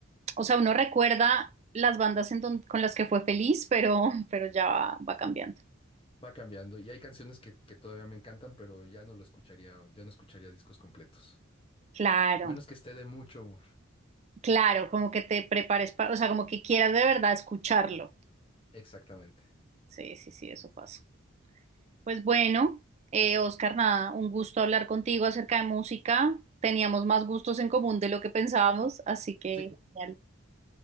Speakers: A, on the right; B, on the left.
A: O sea, uno recuerda las bandas en don- con las que fue feliz, pero, <laughs> pero ya va, va cambiando.
B: va cambiando. Y hay canciones que, que todavía me encantan, pero ya no lo escucharía, ya no escucharía discos completos.
A: Claro,
B: A menos que esté de mucho humor.
A: claro, como que te prepares para, o sea, como que quieras de verdad escucharlo.
B: Exactamente.
A: Sí, sí, sí, eso pasa. Pues bueno, eh, Oscar, nada, un gusto hablar contigo acerca de música. Teníamos más gustos en común de lo que pensábamos, así que
B: Sí,
A: genial.